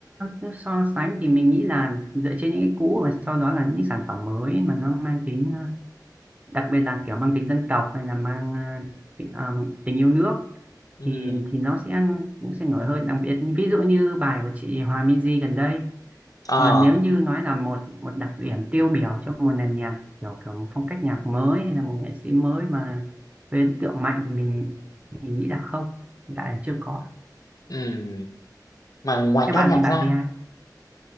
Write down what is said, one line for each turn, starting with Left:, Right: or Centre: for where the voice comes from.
Right: nó so sánh thì mình nghĩ là dựa trên những cái cũ và sau đó là những sản phẩm mới mà nó mang tính ờ, đặc biệt là kiểu mang tính dân tộc hay là mang ờ, tính, ờ, tình yêu nước
Left: ừ
Right: thì thì nó sẽ nó sẽ nổi hơn đặc biệt như- ví dụ như bài của chị Hòa Minzy gần đây
Left: ờ
Right: còn nếu như nói là một một đặc điểm tiêu biểu cho một nền nhạc kiểu kiểu một phong cách nhạc mới hay là một nghệ sĩ mới mà gây ấn tượng mạnh thì mình mình nghĩ là không hiện tại là chưa có
Left: ừ mà ngoài
Right: các
Left: ca
Right: bạn
Left: nhạc
Right: thì bạn
Left: ra
Right: thấy ai